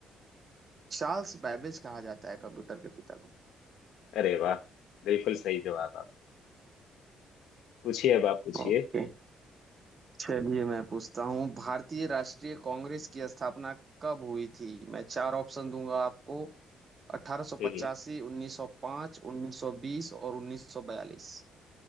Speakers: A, on the right (about 40°); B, on the left (about 80°).
A: चार्ल्स बैबेज कहा जाता है कंप्यूटर के पिता को
B: अरे वाह बिल्कुल सही जवाब आप पूछिए अब आप पूछिए
A: ओके चलिए मैं पूछता हूँ भारतीय राष्ट्रीय कांग्रेस की स्थापना कब हुई थी मैं चार ऑप्शन दूंगा आपको 1885
B: हम्म
A: 1905 1920 और 1942